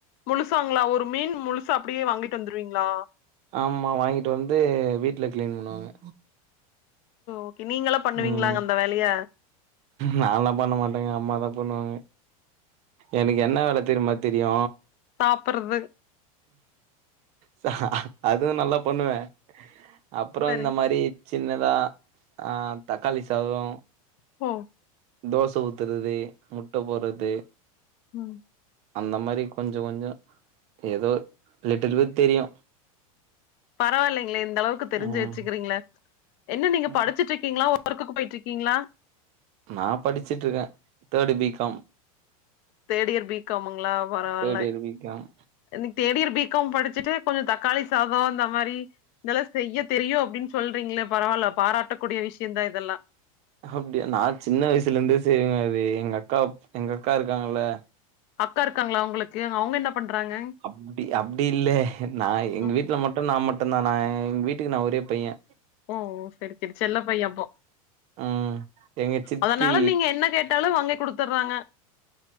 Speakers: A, on the left; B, on the right.
A: முழுசாங்ளா ஒரு மீன் முழுசா அப்டியே வாங்கிட்டு வந்துருவீங்களா
B: ஆமா வாங்கிட்டு வந்து வீட்ல க்ளீன் பண்ணுவாங்க
A: ஓகே நீங்களா பண்ணுவீங்களாங்க
B: ம்
A: அந்த வேலைய
B: நான்லா பண்ண மாட்டேங்க அம்மாதா பண்ணுவாங்க எனக்கு என்ன வேல தெரிம்மா தெரியு
A: சாப்புட்றது
B: சா அதுவு நல்லா பண்ணுவே அப்றோ
A: சரிங்
B: இந்த மாரி சின்னதா ஆ தக்காளி சாதோ
A: ஓ
B: தோச ஊத்துறது முட்ட போட்றது
A: ம்
B: அந்த மாரி கொஞ்சோ கொஞ்சோ ஏதோ லிட்டில்வு தெரியு
A: பரவாயில்லைங்ளே இந்த அளவுக்கு தெரிஞ்சு
B: ம்
A: வெச்சுக்கிறீங்ளே என்ன நீங்க
B: ம்
A: படிச்சிட்டு இருக்கீங்களா ஒர்க்குக்கு போய்ட்டிர்க்கீங்களா
B: நா படிச்சிட்டு இருக்க தேடு பி காம்
A: தேடியர் பிக்காம்ங்களா வரவால்லை
B: தேர்ட் இயர் பி காம்
A: இன்னிக் தேடியர் பிகாம் படிச்சிட்டு கொஞ் தக்காளி சாதோ இந்த மாரி இதெல்ல செய்ய தெரியு அப்டின் சொல்றீங்ளே பரவாயில்ல பாராட்டக்கூடிய விஷ்யந்தா இதெல்லா
B: அப்டியா நா சின்ன வயசுலந்தே செய்வங்வே எங்க அக்கா எங்க அக்கா இருக்காங்கல்ல
A: அக்கா இருக்காங்ளா உங்ளுக்கு அவுங்க என்ன பண்றாங்க
B: அப்டி அப்டி இல்லே நா எங்க
A: ம்
B: வீட்ல மட்டு நா மட்டு தா நா எங் வீட்டுக்கு நா ஒரே பைய்ய
A: ஓ சேரி சேரி செல்லப் பைய்ய அப்போ
B: ம் எங்க சித்தி
A: அதனால நீங்க என்ன கேட்டாலு வாங்கி குடுத்துர்றாங்க